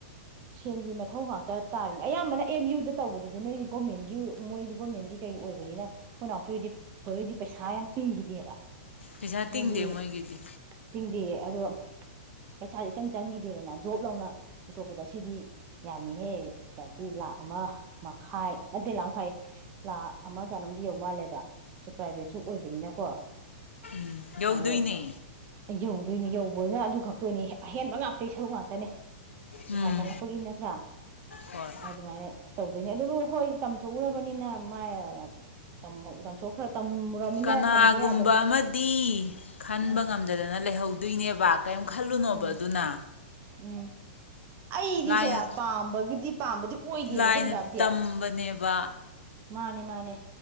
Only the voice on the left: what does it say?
ꯄꯩꯁꯥ
ꯇꯤꯡꯗꯦ ꯃꯣꯏꯒꯤꯗꯤ
ꯎꯝ ꯌꯧꯗꯣꯏꯅꯦ
ꯎꯝ
ꯍꯣꯏ
ꯀꯅꯥꯒꯨꯝꯕ
ꯑꯃꯗꯤ ꯈꯟꯕ
ꯉꯝꯗꯗꯅ ꯂꯩꯍꯧꯗꯣꯏꯅꯦꯕ ꯀꯩꯝ ꯈꯜꯂꯨꯅꯣꯕ
ꯑꯗꯨꯅ
ꯂꯥꯏꯅ
ꯂꯥꯏꯅ
ꯇꯝꯕꯅꯦꯕ